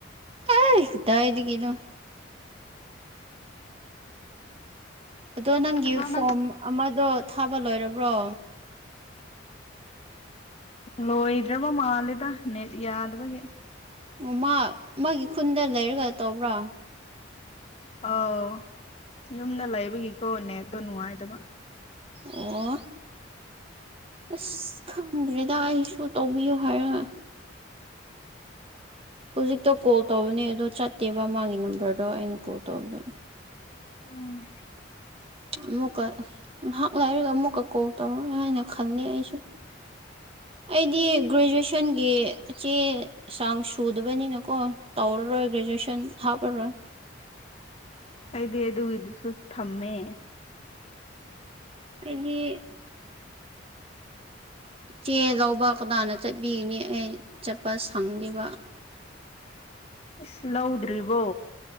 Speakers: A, on the right; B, on the left.
A: ꯑꯥꯏ ꯀꯗꯥꯏꯗꯒꯤꯅꯣ ꯑꯗꯣ ꯅꯪꯒꯤ
B: ꯑꯗꯣ
A: ꯐꯣꯝ
B: ꯅꯪ
A: ꯑꯃꯗꯣ ꯊꯥꯕ ꯂꯣꯏꯔꯕ꯭ꯔꯣ
B: ꯂꯣꯏꯗ꯭ꯔꯕ ꯃꯥꯜꯂꯦꯗ ꯅꯦꯠ ꯌꯥꯗꯕꯒꯤ
A: ꯑꯣ ꯃꯥ ꯃꯥꯒꯤ ꯈꯨꯟꯗ ꯂꯩꯔꯒ ꯇꯧꯕ꯭ꯔꯥ
B: ꯑꯥꯎ ꯌꯨꯝꯗ ꯂꯩꯕꯒꯤꯀꯣ ꯅꯦꯠꯇꯣ ꯅꯨꯡꯉꯥꯏꯗꯕ
A: ꯑꯣ ꯑꯁ ꯈꯪꯗ꯭ꯔꯤꯗ ꯑꯩꯁꯨ ꯇꯧꯕꯤꯌꯨ ꯍꯥꯏꯔꯒ ꯍꯧꯖꯤꯛꯇꯣ ꯀꯣꯜ ꯇꯧꯕꯅꯦ ꯑꯗꯣ ꯆꯠꯇꯦꯕ ꯃꯥꯒꯤ ꯅꯝꯕꯔꯗꯣ ꯑꯩꯅ ꯀꯣꯜ ꯇꯧꯕꯗ
B: ꯎꯝ
A: ꯑꯃꯨꯛꯀ ꯉꯥꯏꯍꯥꯛ ꯉꯥꯏꯔꯒ ꯑꯃꯨꯛꯀ ꯀꯣꯜ ꯇꯧꯔꯒꯦ ꯍꯥꯏꯅ ꯈꯂꯦ ꯑꯩꯁꯨ ꯑꯩꯗꯤ ꯒ꯭ꯔꯦꯖꯨꯑꯦꯁꯟꯒꯤ ꯆꯦ ꯆꯥꯡ ꯁꯨꯗꯕꯅꯤꯅꯀꯣ ꯇꯧꯔꯔꯣꯏ ꯒ꯭ꯔꯦꯖꯨꯑꯦꯁꯟ ꯍꯥꯞꯂꯔꯣꯏ
B: ꯑꯩꯗꯤ ꯑꯗꯨꯒꯤꯗꯨꯁꯨ ꯊꯝꯃꯦ
A: ꯑꯩꯗꯤ ꯆꯦ ꯂꯧꯕ ꯀꯗꯥꯅ ꯆꯠꯕꯤꯅꯤ ꯑꯩ ꯆꯠꯄ ꯁꯪꯗꯦꯕ
B: ꯏꯁ ꯂꯧꯗ꯭ꯔꯤꯕꯣ